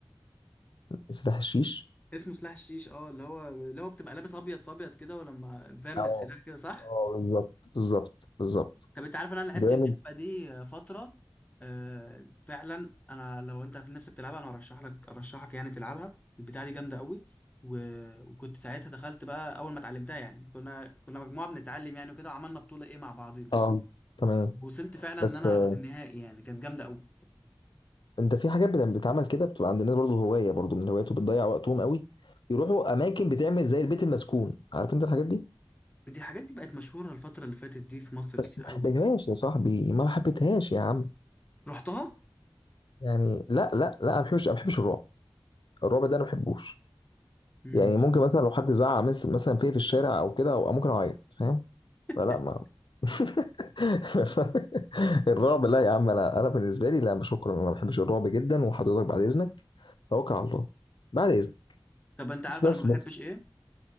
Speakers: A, on the left; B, on the left.
A: سلاح الشيش
B: اسمه سلاح الشيش اه اللي هو اللي هو بتبقى لابس ابيض في ابيض كده ولما فان
A: اه
B: بالسلاح كده صح
A: اه بالظبط بالظبط بالظبط
B: طب انت عارف ان انا لعبت
A: جامد
B: اللعبه دي فتره آه فعلا انا لو انت في نفسك تلعبها انا ارشح لك ارشحك يعني تلعبها البتاعه دي جامده قوي و... وكنت ساعتها دخلت بقى اول ما اتعلمتها يعني كنا كنا مجموعه بنتعلم يعني وكده وعملنا بطوله ايه مع بعضينا
A: اه تمام
B: وصلت فعلا
A: بس
B: ان انا
A: آه،
B: النهائي يعني كانت جامده قوي
A: انت في حاجات بت- بتتعمل كده بتبقى عند الناس برضه هوايه برضه من هواياته بتضيع وقتهم قوي يروحوا اماكن بتعمل زي البيت المسكون عارف انت الحاجات دي
B: دي الحاجات دي بقت مشهوره الفتره اللي فاتت دي في مصر
A: بس
B: كتير
A: ما
B: قوي
A: حبيتهاش يا صاحبي ما حبيتهاش يا عم
B: رحتها
A: يعني لا لا لا ما بحبش ما بحبش الرعب الرعب ده انا ما بحبوش
B: امم
A: يعني ممكن مثلا لو حد زعق مس- مثلا فيا في الشارع او كده او ممكن اعيط فاهم
B: <laughs>
A: فلا ما <laughs> الرعب لا يا عم انا انا بالنسبه لي لا شكرا انا ما بحبش الرعب جدا وحضرتك بعد اذنك توكل على الله بعد اذنك
B: طب انت عارف
A: بس بس
B: انا ما بحبش
A: بس
B: ايه